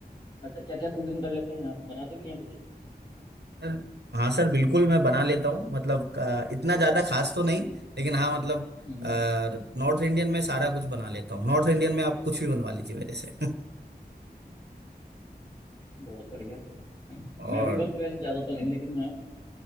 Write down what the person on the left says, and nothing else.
अच्छा क्या क्या कुकिंग कर लेते हैं आप बनाते भी हैं कुछ
हम्म
बहुत बढ़िया
मैं भी बस वैसे ज़्यादा तो नहीं लेकिन हाँ